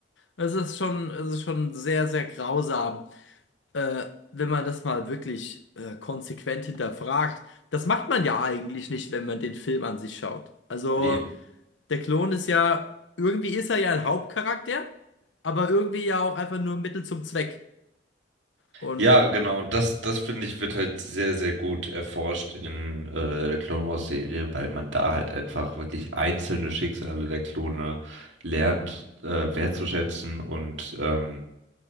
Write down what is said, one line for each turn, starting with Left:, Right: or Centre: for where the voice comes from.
Left: es ist schon, es ist schon sehr, sehr grausam, äh, wenn man das mal wirklich äh, konsequent hinterfragt. Das macht man ja eigentlich nicht, wenn man den Film an sich schaut. Also.
Right: Nee.
Left: Der Klon ist ja, irgendwie ist er ja ein Hauptcharakter, aber irgendwie ja auch einfach nur Mittel zum Zweck. Und
Right: Ja, genau. Und das, das finde ich, wird halt sehr, sehr gut erforscht in äh, der Clone Wars Serie, weil man da halt einfach wirklich einzelne Schicksale der Klone lernt, äh, wertzuschätzen und ähm,